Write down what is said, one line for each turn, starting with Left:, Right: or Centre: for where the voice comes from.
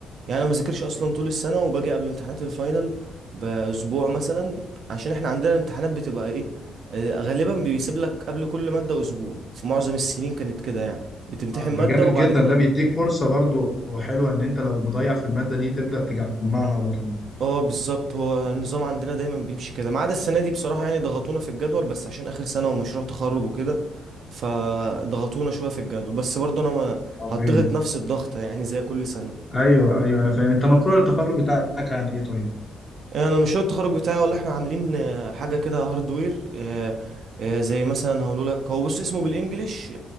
Right: يعني انا ما بذاكرش اصلا طول السنه وباجي قبل امتحانات الفاينل باسبوع مثلا عشان احنا عندنا الامتحانات بتبقى ايه آه، غالبا بيسيب لك قبل كل ماده اسبوع في معظم السنين كانت كده يعني بتمتحن
Left: آه،
Right: ماده
Left: ده جامد
Right: وبعد
Left: جدا
Right: كده
Left: ده بيديك فرصة برضو حلوة ان انت لو مضيع في المادة دي تبدأ تجمعها على طول
Right: اه بالظبط هو النظام عندنا دايما بيمشي كده ما عدا السنه دي بصراحه يعني ضغطونا في الجدول بس عشان اخر سنه ومشروع تخرج وكده فضغطونا شويه في الجدول بس برضه انا ما
Left: عظيم
Right: هتضغط نفس الضغط يعني زي كل سنه
Left: ايوه ايوه انا فاهم انت مشروع التخرج بتاعك عن ايه طيب
Right: انا مشروع التخرج بتاعي والله احنا عاملين آه، حاجه كده هاردوير آه، آه، زي مثلا هقول لك هو بص اسمه بالانجلش